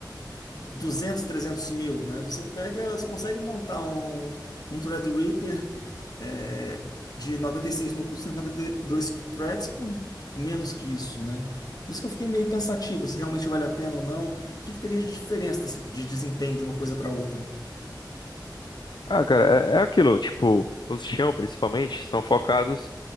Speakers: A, on the left (about 55°); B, on the left (about 70°).
A: 200, 300 mil, né? Você pega, você consegue montar um, um Threadripper é, de 96 núcleos, 192 threads por menos que isso, né? Isso que eu fiquei meio pensativo, se realmente vale a pena ou não. O que que teria de diferença desse- de desempenho de uma coisa para outra?
B: Ah, cara, é, é aquilo, tipo, os Xeon, principalmente, são focados